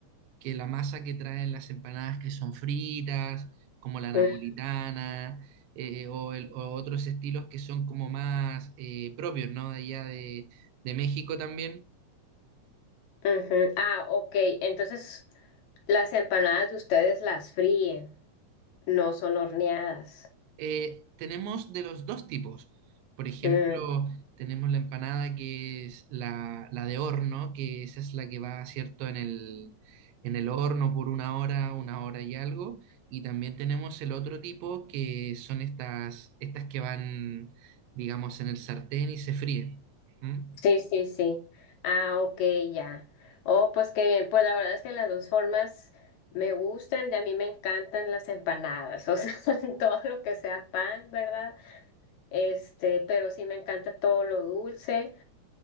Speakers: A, on the right; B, on the left.
A: que la masa que traen las empanadas que son fritas, como la napolitana
B: Mm,
A: eh, o, el- o otros estilos que son como más eh, propios, ¿no? De allá de, de México también
B: ujú. Ah, ok. Entonces, las empanadas de ustedes las fríen, no son horneadas.
A: Eh, tenemos de los dos tipos. Por ejemplo,
B: Mm,
A: tenemos la empanada que es la, la de horno, que esa es la que va, ¿cierto?, en el, en el horno por una hora, una hora y algo. Y también tenemos el otro tipo, que son estas, estas que van, digamos, en el sartén y se fríen. ¿Mm?
B: sí, sí, sí. Ah, ok, ya. Oh, pues qué bien. Pues la verdad es que las dos formas me gustan, de a mí me encantan las empanadas, o sea, <laughs> todo lo que sea pan, ¿verdad? Este, pero sí me encanta todo lo dulce.